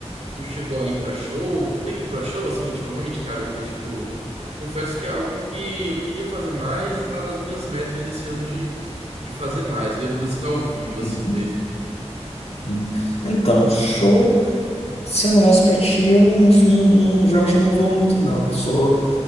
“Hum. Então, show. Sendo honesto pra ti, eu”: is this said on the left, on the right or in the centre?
Left